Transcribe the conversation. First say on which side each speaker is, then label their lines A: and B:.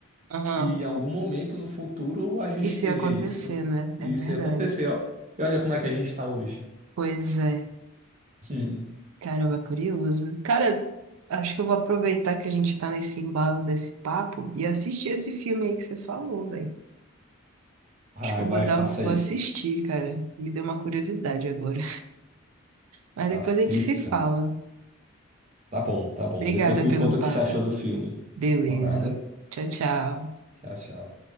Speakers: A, on the right (about 85°); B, on the right (about 35°).
A: Aham.
B: que em algum momento no futuro a gente
A: Isso
B: teria
A: ia acontecer,
B: isso.
A: né?
B: E
A: É verdade.
B: isso ia acontecer. ó. E olha como é que a gente está hoje.
A: Pois é.
B: <laughs>
A: Caramba, é curioso. Cara, acho que eu vou aproveitar que a gente tá nesse embalo desse papo e assistir esse filme aí que você falou, velho.
B: Vai,
A: Acho que eu
B: vai,
A: vou dar,
B: faça
A: um, vou
B: isso.
A: assistir, cara. Me deu uma curiosidade agora. Mas
B: Assista.
A: depois a gente se fala.
B: Tá bom, tá bom.
A: Obrigada
B: Depois me
A: pelo
B: conta
A: papo.
B: o que você achou do filme.
A: Beleza.
B: Por nada.
A: Tchau, tchau.
B: Tchau, tchau.